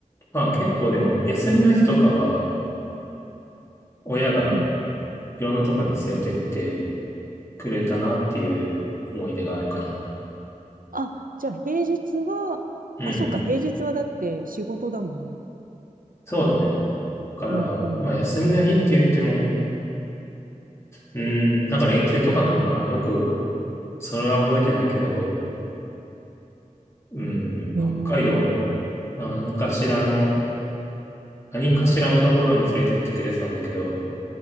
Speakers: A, on the left (about 20°); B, on the right (about 85°).
A: まあ結構でも、休みの日とかは、親が
B: うん。
A: いろんなとこに連れてってくれたなっていう思い出があるかな。
B: あ、じゃあ平日は、
A: うん。
B: あ、そっか、平日はだって仕事だもんね。
A: そうだね。だから、
B: うんうん。
A: まあ休みの日って言っても、うん、なんか連休とかなのかな。よく、それは覚えてないけど、うん、
B: へえ。
A: 北海道の何かしらの、何かしらのところに連れてってくれてたんだけど、